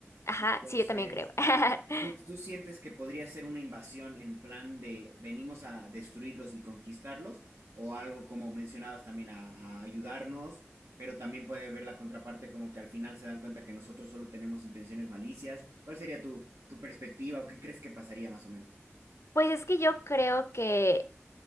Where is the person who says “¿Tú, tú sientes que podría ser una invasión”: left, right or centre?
Right